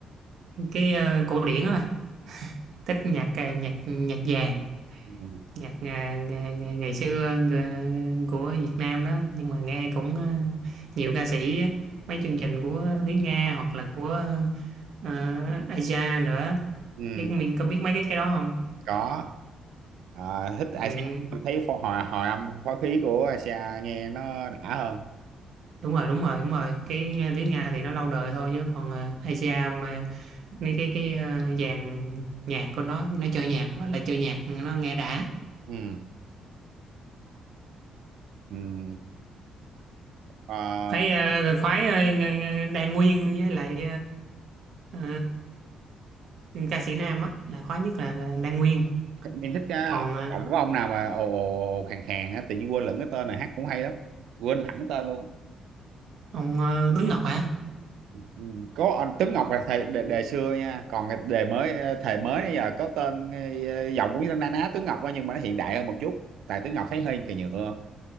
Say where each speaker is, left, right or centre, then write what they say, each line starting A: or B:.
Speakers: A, on the right; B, on the right.
A: cái ờ, cổ điển á bà. thích nhạc ờ, nhạc nhạc vàng
B: Ừm,
A: nhạc ờ, ngày, ngày, ngày xưa ng- của Việt Nam đó nhưng mà nghe cũng ờ, nhiều ca sĩ á. mấy chương trình của Thúy Nga hoặc là của uh, Aja nữa
B: ừm,
A: biết mình có biết mấy cái cái đó không
B: có à, thích Asia
A: ừ.
B: Em thấy phó hòa hòa âm phó khí của Asia nghe nó đã hơn
A: đúng rồi đúng rồi đúng rồi cái ờ, tiếng Nga thì nó lâu đời thôi chứ còn ờ, Asia mà mấy cái cái ờ, dàn nhạc của nó nó chơi nhạc gọi là chơi nhạc nó nghe đã
B: Ừm, ừm. Ờ,
A: thấy ờ, khoái ờ, ng- ng- Đan Nguyên với lại ờ, ờ, ca sĩ nam á là khoái nhất là Đan Nguyên
B: em thích cái
A: còn ờ,
B: giọng của ông nào mà ồ ồ ồ, khàn khàn á tự nhiên quên lẫn cái tên này hát cũng hay lắm quên hẳn cái tên luôn
A: ông ờ, Tuấn Ngọc hả
B: Ừ, có anh Tuấn Ngọc là thầy đề, đề xưa nha còn cái đề mới ờ, thầy mới bây giờ có tên ờ, giọng cũng như na ná Tuấn Ngọc á, nhưng mà nó hiện đại hơn một chút tại Tuấn Ngọc thấy hơi kỳ nhựa